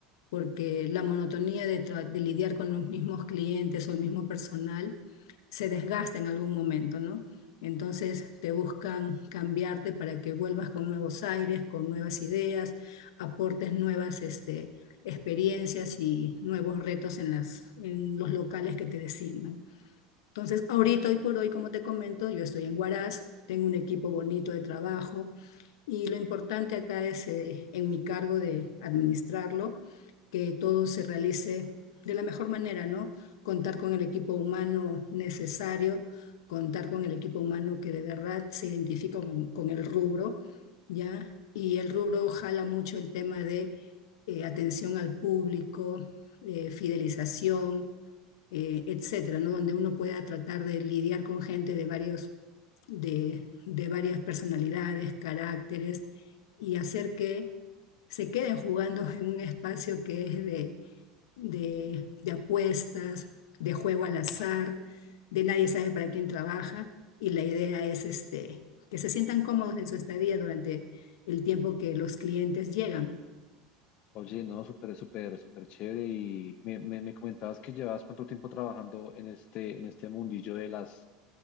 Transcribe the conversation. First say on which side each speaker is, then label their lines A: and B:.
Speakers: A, on the left; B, on the left.
A: porque la monotonía de, tra- de lidiar con los mismos clientes o el mismo personal se desgasta en algún momento, ¿no? Entonces te buscan cambiarte para que vuelvas con nuevos aires, con nuevas ideas, aportes nuevas este, experiencias y nuevos retos en las, en los locales que te designan. Entonces, ahorita, hoy por hoy, como te comento, yo estoy en Huaraz, tengo un equipo bonito de trabajo y lo importante acá es, eh, en mi cargo de administrarlo, que todo se realice de la mejor manera, ¿no? Contar con el equipo humano necesario, contar con el equipo humano que de verdad se identifica con, con el rubro, ¿ya? Y el rubro jala mucho el tema de eh, atención al público, eh, fidelización eh, etcétera, ¿no? Donde uno pueda tratar de lidiar con gente de varios, de, de varias personalidades, caracteres, y hacer que se queden jugando en un espacio que es de, de, de apuestas, de juego al azar, de nadie sabe para quién trabaja, y la idea es este, que se sientan cómodos en su estadía durante el tiempo que los clientes llegan.
B: Oye, no, súper, súper, súper chévere. Y me, me, me comentabas que llevas cuánto tiempo trabajando en este, en este mundillo de las,